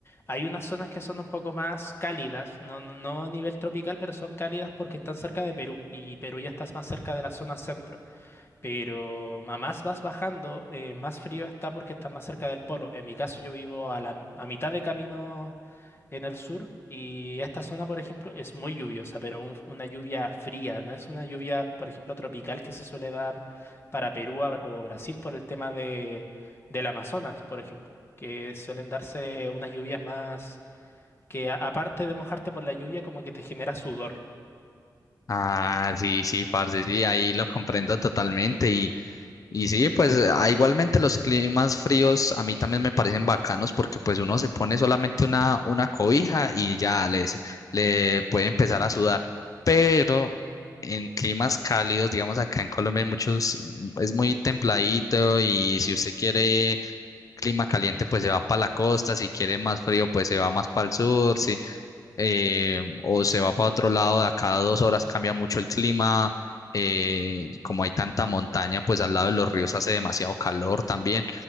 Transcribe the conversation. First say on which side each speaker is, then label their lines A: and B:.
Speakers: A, on the left; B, on the left.
A: hay unas zonas que son un poco más cálidas, no, no no a nivel tropical, pero son cálidas porque están cerca de Perú y Perú ya está más cerca de la zona centro. Pero a más vas bajando, eh, más frío está porque está más cerca del polo. En mi caso yo vivo a la, a mitad de camino en el sur y esta zona, por ejemplo, es muy lluviosa, pero un- una lluvia fría, no es una lluvia, por ejemplo, tropical que se suele dar para Perú a- o Brasil por el tema de, del Amazonas, por ejemplo, que suelen darse unas lluvias más que a- aparte de mojarte por la lluvia, como que te genera sudor.
B: Ah, sí, sí, parce, sí, ahí lo comprendo totalmente. Y, y sí, pues ah, igualmente los climas fríos a mí también me parecen bacanos porque pues uno se pone solamente una, una cobija y ya les, le puede empezar a sudar. Pero en climas cálidos, digamos acá en Colombia, hay muchos, mm, es muy templadito y si usted quiere clima caliente, pues se va para la costa, si quiere más frío, pues se va más para el sur, sí, eh, o se va para otro lado, de acá a dos horas cambia mucho el clima, eh, como hay tanta montaña, pues al lado de los ríos hace demasiado calor también.